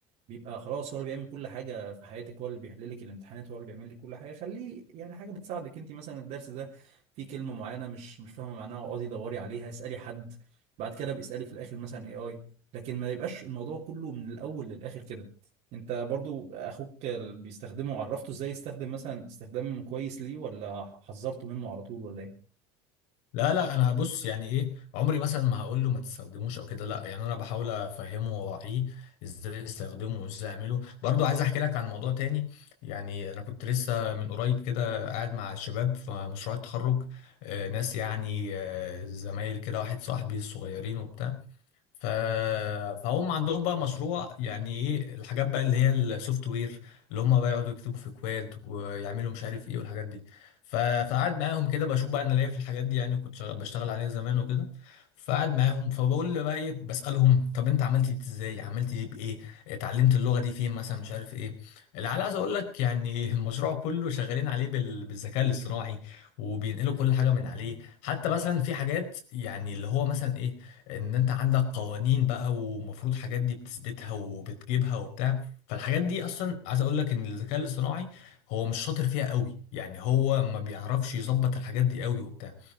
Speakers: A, on the right; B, on the left.
A: بيبقى خلاص هو اللي بيعمل كل حاجة في حياتك هو اللي بيحل لك الامتحانات هو اللي بيعمل لك كل حاجة خليه يعني حاجة بتساعدك انت مثلا الدرس ده فيه كلمة معينة مش مش فاهمة معناها اقعدي دوري عليها اسألي حد بعد كده بيسألك في الآخر مثلا اي اي لكن ما يبقاش الموضوع كله من الأول للآخر كده انت برضو اخوك ال- بيستخدمه عرفته ازاي يستخدم مثلا استخدام كويس ليه ولا حذرته منه على طول ولا ايه؟
B: لا لا انا بص يعني ايه عمري مثلا ما هقول له ما تستخدموش او كده لا يعني انا بحاول افهمه واوعيه ازاي استخدمه وازاي اعمله برضو عايز احكي لك عن موضوع تاني يعني انا كنت لسه من قريب كده قاعد مع الشباب في مشروع التخرج آه، ناس يعني آه، زمايل كده واحد صاحبي الصغيرين وبتاع ف... فهم عندهم بقى مشروع يعني ايه الحاجات بقى اللي هي السوفت وير اللي هم بقى يقعدوا يكتبوا في كواد ويعملوا مش عارف ايه والحاجات دي ف... فقعد معاهم كده بشوف بقى انا ليا في الحاجات دي يعني كنت شغ... بشتغل عليها زمان وكده فقعد معاهم فبقول له بقى ايه بسألهم طب انت عملت دي ازاي عملت دي بايه اتعلمت اللغة دي فين مثلا مش عارف ايه اللي عايز اقول لك يعني <laughs> المشروع كله شغالين عليه بال... بالذكاء الاصطناعي وبينقلوا كل حاجة من عليه حتى مثلا في حاجات يعني اللي هو مثلا ايه ان انت عندك قوانين بقى ومفروض حاجات دي بتثبتها وبتجيبها وبتاع فالحاجات دي اصلا عايز اقول لك ان الذكاء الاصطناعي هو مش شاطر فيها قوي يعني هو ما بيعرفش يظبط الحاجات دي قوي وبتاع